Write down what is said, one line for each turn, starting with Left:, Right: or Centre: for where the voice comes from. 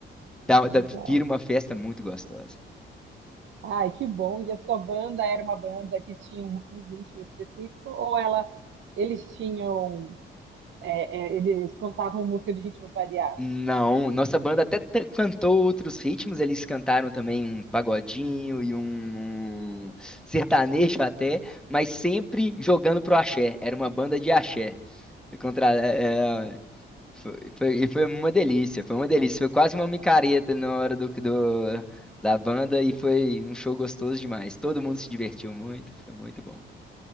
Centre: Dá-
Right: Legal.
Centre: dá- vira uma festa muito gostosa.
Right: Ai, que bom. E a sua banda era uma banda que tinha um, um ritmo específico ou ela, eles tinham, é, é, eles cantavam música de ritmos variados?
Centre: Não, nossa banda até ta- cantou outros ritmos, eles cantaram também um pagodinho e um um sertanejo até, mas sempre jogando pro axé. Era uma banda de axé. E Contra, é, é, foi, foi- e foi uma delícia, foi uma delícia. Foi quase uma micareta na hora do, do- da banda e foi um show gostoso demais. Todo mundo se divertiu muito, foi muito bom.